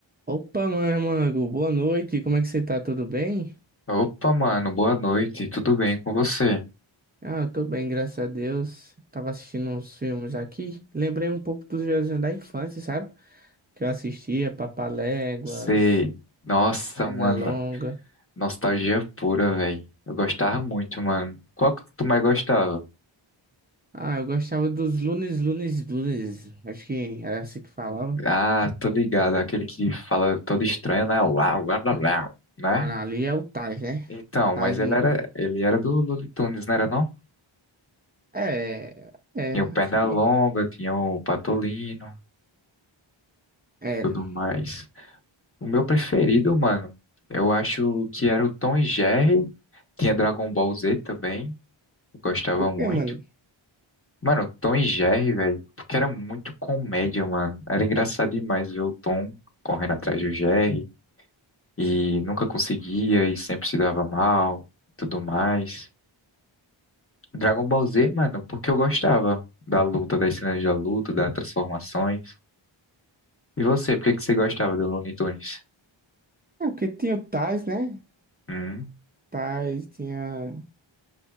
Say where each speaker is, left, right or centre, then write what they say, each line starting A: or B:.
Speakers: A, on the right; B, on the left.
A: Opa, mano, mano, boa noite, como é que você tá? Tudo bem?
B: Opa, mano, boa noite, tudo bem com você?
A: Ah, eu tô bem, graças a Deus. Tava assistindo uns filmes aqui, lembrei um pouco dos desenhos da infância, sabe? Que eu assistia, Papaléguas,
B: Sei. Nossa,
A: Pernalonga.
B: mano, nostalgia pura, velho. Eu gostava muito, mano. Qual que tu mais gostava?
A: Ah, eu gostava dos Lunes, Lunes, Lunes, acho que era assim que falava.
B: Ah, tô ligado, aquele que fala todo estranho, né? Lá, lá, lá, lá, né?
A: Ah, não, ali é o Tais, né?
B: Então,
A: Tais,
B: mas
A: mano.
B: ele era, ele era do Looney Tunes, não era não?
A: É, é,
B: Tinha o Pernalonga,
A: acho que
B: tinha o Patolino,
A: era.
B: tudo mais. O meu preferido, mano, eu acho que era o Tom e Jerry. Tinha Dragon Ball Z também, eu gostava
A: Por
B: muito.
A: que, mano?
B: Mano, Tom e Jerry, velho, porque era muito comédia, mano. Era engraçado demais ver o Tom correndo atrás do Jerry e nunca conseguia e sempre se dava mal e tudo mais. Dragon Ball Z, mano, porque eu gostava da luta, das cenas da luta, das transformações. E você, por que que você gostava do Looney Tunes?
A: É porque tinha o Tais, né?
B: Hum,
A: Tais tinha